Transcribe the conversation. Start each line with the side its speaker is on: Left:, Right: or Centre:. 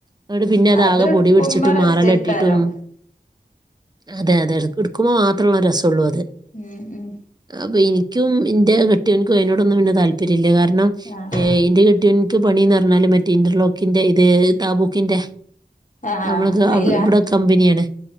Right: ഇന്നിട്ട് പിന്നതാകെ
Left: അത് എടുക്കുമ്പോ
Right: പൊടി പിടിച്ചിട്ടും
Left: രസേക്കാരം
Right: മാറലട്ടിട്ടും അതെ അതെ ഇട് ഇട്ക്കുമ്പോ മാത്ര ള്ളത് രസ് ഉള്ളൂ അത്.
Left: ഉം ഉം
Right: അപ്പോ ഇനി ക്കും ഇൻ്റെ കെ ട്ട്യോൻക്കും അയിനോടൊന്നും പിന്നെ താൽപ്പര്യല്ല്യ കാരണം
Left: ആഹ്
Right: എ ഇന്റെ കെട്യോൻക്ക് പണീന്ന് പറഞ്ഞാല് മറ്റേ ഇന്റർലോക്കിന്റെ ഇത് താബൂക്കിന്റെ
Left: ആഹ് ആഹ്
Right: നമ്മൾക്ക്
Left: അയിലാ
Right: അവ് ഇവിടെ കമ്പനിയാണ്